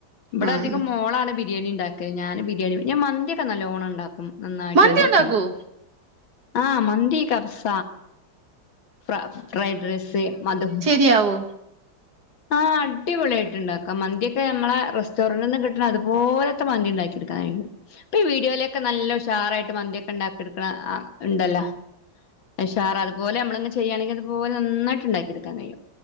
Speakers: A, on the left; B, on the right.
A: ഇവിടെ
B: ആഹ്
A: അധികം മോളാണ് ബി രിയാണി ഉണ്ടാക്ക് ഞാനും ബിരിയാണി ഞാൻ മന്തിയൊക്കെ നല്ലോണം ഉണ്ടാക്കും നന്നായിട്ട്
B: മന്തി
A: ഇണ്ടാക്കും
B: ഉണ്ടാക്കോ
A: ആഹ് മന്തി കബ്സ ഫ്രൈ ഫ്രൈഡ് റൈസ് മധ്ഹൂ
B: രിയാവോ
A: ആഹ് അടിപൊളിയായിട്ട് ഇണ്ടാക്കാം മന്തിയൊക്കെ ഞമ്മളെ റെസ്റ്റോറന്റിന്ന് കിട്ടണ അതുപോലത്തെ മന്തി ഇണ്ടാക്കി എടുക്കാൻ കഴിയും ഇപ്പം ഈ വീഡിയോയിലൊക്കെ നല്ല ഉഷാർ ആയിട്ട് മന്തിയൊക്കെ ഉണ്ടാക്കി എടുക്കണ ആ ഉണ്ടല്ലോ ഉഷാറ് അതുപോലെ നമ്മളങ്ങ് ചെയ്യാണെങ്കി അതുപോലെ നന്നായിട്ട് ഉണ്ടാക്കി എടുക്കാൻ കഴിയും